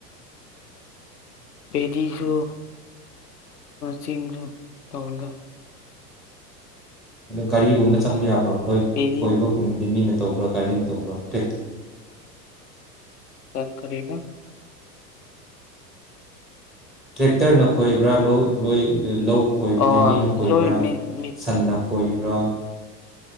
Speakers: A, on the left (about 65°); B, in the centre.
A: ꯄꯦꯗꯤꯁꯨ ꯆꯤꯡꯁꯨ ꯇꯧꯔꯒ
B: ꯎꯑꯗꯨ ꯒꯥꯔꯤꯒꯨꯝꯕ ꯆꯪꯕ ꯌꯥꯕ꯭ꯔꯣ ꯅꯣꯏ
A: ꯄꯦꯗꯤ
B: ꯈꯣꯏꯕ ꯈꯨꯟꯒꯤ ꯃꯤꯅ ꯇꯧꯕ꯭ꯔꯥ ꯒꯥꯔꯤꯅ ꯇꯧꯕ꯭ꯔꯥ ꯇ꯭ꯔꯦꯛ
A: ꯑꯥ ꯀꯔꯤꯕ
B: ꯇ꯭ꯔꯦꯛꯇ꯭ꯔꯅ ꯈꯣꯏꯕ꯭ꯔꯥ ꯂꯧ ꯂꯣꯏ ꯂꯧ ꯈꯣꯏꯕꯗꯤ
A: ꯑꯣ
B: ꯃꯤꯅ ꯈꯣꯏꯕ꯭ꯔꯥ
A: ꯂꯣꯏ ꯃꯦꯆꯤꯟꯅ
B: ꯁꯥꯟꯅ ꯈꯣꯏꯕ꯭ꯔꯥ